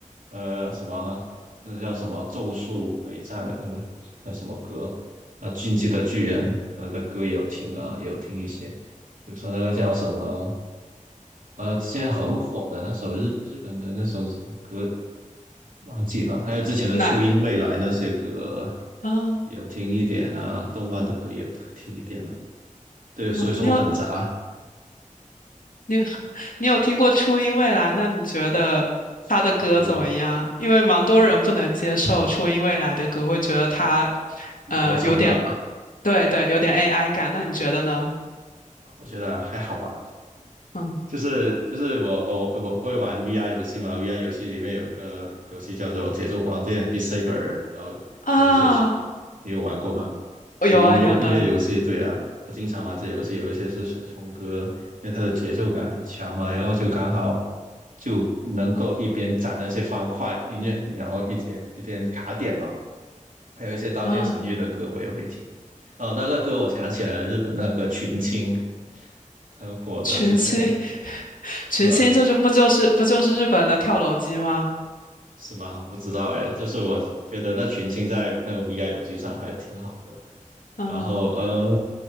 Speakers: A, on the right; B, on the left.
A: 呃什么，那叫什么咒术回战的，呃不，那什么歌啊，进击的巨人，他们的歌也有听啊，也有听一些。比如说那个叫什么呃，现在很火的那首日日本的那首歌忘记了，还有之前的初音未来那些歌
B: 那啊？
A: 也有听一点啊，动漫的歌也有听一点啊。对，
B: 嗯，
A: 所以说我很杂，
B: 你有你有 <laughs> 你有听过初音未来？那你觉得他的歌怎么样？
A: 算是歌嘛，
B: 因为蛮多人不能接受初音未来的歌，会觉得他
A: 不合成的，
B: 呃有点对对有点 AI 感。那你觉得呢？
A: 我觉得还好吧。
B: 嗯
A: 就是就是我我我会玩 VR 游戏嘛，VR 游戏里面有个游戏叫做《节奏光剑 b e a Saber），然后有有一些出，
B: 啊，
A: 你有玩过吗？这音乐音乐游戏，
B: 有啊有的
A: 对啊，我经常玩这游戏，有一些是甩葱歌，因为它的节奏感很强嘛，然后就刚好就能够一边攒那些方块音乐，然后一边一边卡点嘛。还有一些《刀剑神域》的歌我也会听，
B: 啊，
A: 哦，那个歌我想起来了，日本那个群青很火的之前
B: 群星 <laughs>
A: 是吧？
B: 群星这就是不就是不就是日本的跳楼机吗？
A: 是吗？不知道哎，就是我觉得那群青在那个 VR 游戏上还挺好的。
B: 嗯
A: 然后呃，